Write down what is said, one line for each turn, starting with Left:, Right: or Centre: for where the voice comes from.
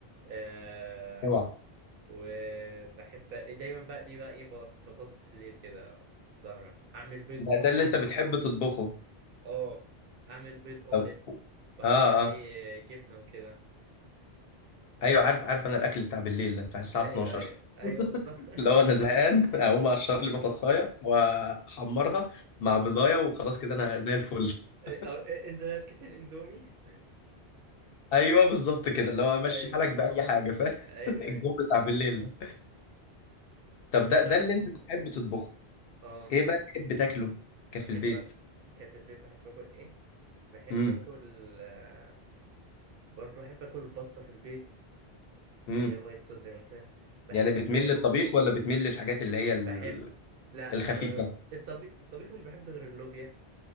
Right: أه
Left: اوعى
Right: وبحب دايما بقى لي بقى ايه بط- بطاطس بالليل كده في السهره اعمل بيض
Left: ده ده
Right: اومليت
Left: اللي انت بتحب تطبخه
Right: اه اعمل بيض اومليت
Left: طب
Right: بحط
Left: اه
Right: عليه
Left: اه
Right: جبنه وكده
Left: ايوه عارف عارف انا الاكل بتاع بالليل ده بتاع الساعه
Right: ايوه
Left: 12
Right: ايوه ايوه بالظبط <laughs>
Left: لو <laughs> انا زهقان اقوم اقشر لي بطاطسايه
Right: آه،
Left: واحمرها مع بضايه وخلاص كده انا زي الفل <laughs>
Right: إيه، او إيه، انزل هات كيسين اندومي
Left: ايوه بالظبط
Right: آه،
Left: كده اللي هو امشي
Right: <laughs>
Left: حالك باي
Right: ايوه
Left: حاجه فاهم
Right: ايوه
Left: <laughs> الجو
Right: ايوه
Left: بتاع بالليل ده طب
Right: انت
Left: ده
Right: بتعرف
Left: ده اللي انت بتحب تطبخه
Right: اه
Left: ايه بقى تحب تاكله كفي
Right: بحب
Left: البيت
Right: كده في البيت بحب اكل ايه بحب
Left: امم
Right: اكل آه، برضه بحب اكل الباستا في البيت اللي
Left: امم
Right: هي الوايت صوص زي ما قلت لك بحب
Left: يعني بتميل للطبيخ ولا بتميل للحاجات اللي هي ال-
Right: بحب لا
Left: الخفيفه
Right: آه، آه، الطبيخ الطبيخ مش بحب غير اللوبيا